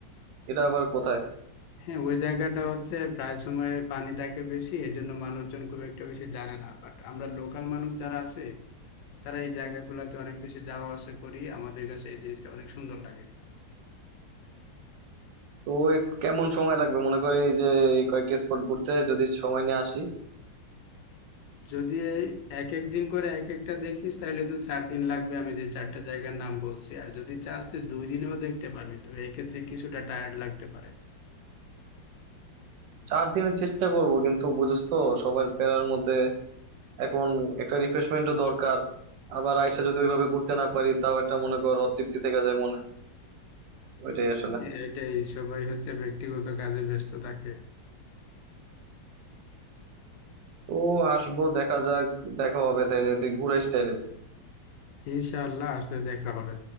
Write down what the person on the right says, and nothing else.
এটা আবার কোথায়
তো ওই কেমন সময় লাগবে মনে কর এই যে এই কয়েকটা স্পট ঘুরতে যদি সময় নিয়ে আসি
চার দিনের চেষ্টা করব কিন্তু বুঝছ তো সবার প্যারার মধ্যে এখন একটা রিফ্রেশমেন্টও দরকার আবার আইসা যদি ওইভাবে ঘুরতে না পারি তাও একটা মনে কর অতৃপ্তি থেকে যায় মনে ওইটাই আসলে
তো আসবো দেখা যাক দেখা হবে তাইলে তুই ঘুরে আইস তাইলে